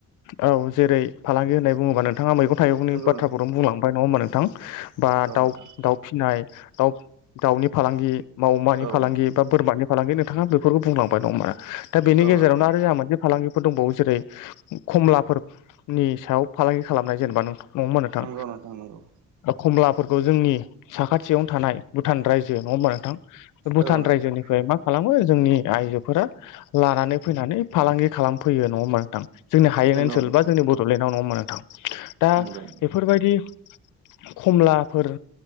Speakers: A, on the left; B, on the right.
A: औ जेरै फालांगि होननानै बुङोबा नोंथ नोंथाङा मैगं थाइगंनि
B: नंगौ
A: बाथ्राफोरखौनो
B: नोंथां
A: बुंलांबाय नङा होमबा नोंथां बा
B: औ
A: दाउ
B: नोंथां
A: दाउ फिनाय दाउ दाउनि फालांगि मावमानि
B: औ
A: फालांगि
B: नोंथां
A: बा बोरमानि फालांगि नोंथाङा बेफोरखौ बुंलांबाय नङाहोम्बा दा बेनि
B: औ
A: गेजेरावनो
B: नोंथां औ
A: आरो जोंहा मोनसे फालांगिफोर दंबावो जेरै खमलाफोरनि सायाव फालांगि खालामनाय जेनेबा नोंथां नङा होमबा नोथां
B: नंगौ नोंथां नंगौ
A: खमला फोरखौ जोंनि साखाथियावनो थानाय भुटान रायजो नङा होनबा नोंथां। भुटान
B: औ नोंथां
A: रायजोनिफ्राय मा खालामो जोंनि आइजोफोरा लानानै फैनानै फालांगि खालामफैयो नङा होम्बा नोंथां जोंनि हायेन
B: नंगौ
A: ओनसोल
B: नोंथां
A: बा जोंनि बड'लेण्डआव नङाहोम्बा नोंथां दा
B: नंगौ
A: बेफोरबायदि कमलाफोर